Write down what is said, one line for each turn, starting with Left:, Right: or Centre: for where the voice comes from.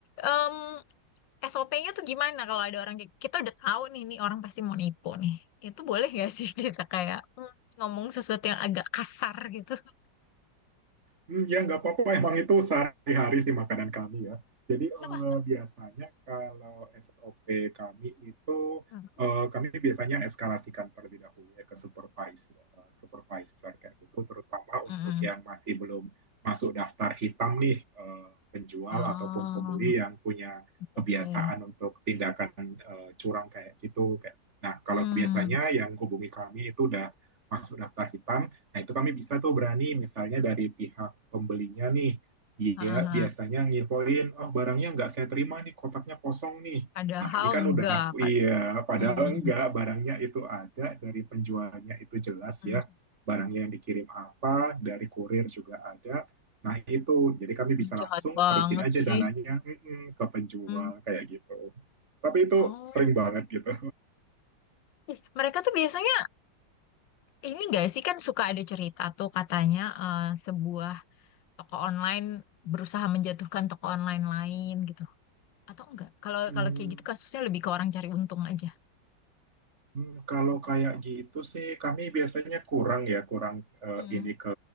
Left: mmm, SOP-nya tuh gimana kalau ada orang kayak kita udah tahu nih nih orang pasti mau nipu nih. Itu boleh gak sih <laughs> kita kayak mm, ngomong sesuatu yang agak kasar gitu? <laughs>
Right: Hmm, Ya, nggak apa-apa. Emang itu sehari-hari sih makanan kami ya. Jadi
Left: Iya
Right: eh,
Left: lah.
Right: biasanya kalau SOP kami itu
Left: Hmm.
Right: eh, kami biasanya eskalasikan terlebih dahulu ya ke supervisor, eh, supervisor kayak gitu, terutama
Left: Mm-mm.
Right: untuk yang masih belum masuk daftar hitam nih eh, penjual
Left: Oh,
Right: ataupun pembeli yang punya
Left: oke.
Right: kebiasaan
Left: oke.
Right: untuk tindakan eh, curang kayak gitu. Kayak- Nah, kalau
Left: Hmm.
Right: biasanya yang hubungi kami itu udah masuk daftar hitam Nah, itu kami bisa tuh berani misalnya dari pihak pembelinya nih, dia
Left: Ha, ha,
Right: biasanya
Left: ha.
Right: nginfoin, oh barangnya nggak saya terima nih, kotaknya kosong nih.
Left: Padahal
Right: Nah, ini kan
Left: enggak.
Right: udah, iya,
Left: Pad-
Right: padahal
Left: Hmm.
Right: enggak, barangnya itu ada, dari penjualnya itu jelas
Left: Hmm.
Right: ya, barangnya yang dikirim apa, dari kurir juga ada. Nah, itu, jadi kami
Left: Hmm,
Right: bisa
Left: Jahat
Right: langsung
Left: banget
Right: terusin aja
Left: sih.
Right: dananya mm, mm, ke penjual,
Left: Hmm.
Right: kayak gitu. Tapi itu
Left: Oh.
Right: sering banget gitu.
Left: Ih, mereka tuh biasanya ini gak sih kan suka ada cerita tuh katanya eh, sebuah toko online berusaha menjatuhkan toko online lain gitu atau enggak kalau
Right: Hmm.
Left: kalau kayak gitu kasusnya lebih ke orang cari untung aja
Right: Hmm, kalau kayak gitu sih, kami biasanya kurang ya, kurang eh,
Left: hmm
Right: ini ke